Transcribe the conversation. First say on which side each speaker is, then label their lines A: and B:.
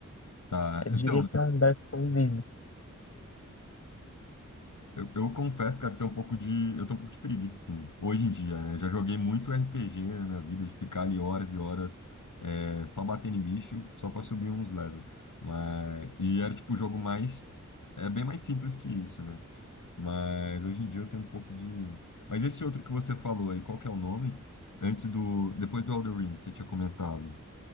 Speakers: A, on the left (about 85°); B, on the left (about 50°).
A: Tá,
B: Eu
A: então...
B: diria que é um Dark Souls easy.
A: Eu, eu confesso, cara, que tem um pouco de, eu tenho um pouco de preguiça, sim. Hoje em dia, né? Eu já joguei muito RPG na minha vida, de ficar ali horas e horas é, só batendo em bicho, só pra subir uns level. Mas, e era tipo o jogo mais, é bem mais simples que isso, né? Mas hoje em dia eu tenho um pouco de... Mas esse outro que você falou aí, qual que é o nome? Antes do, depois do Elden Ring, que você tinha comentado.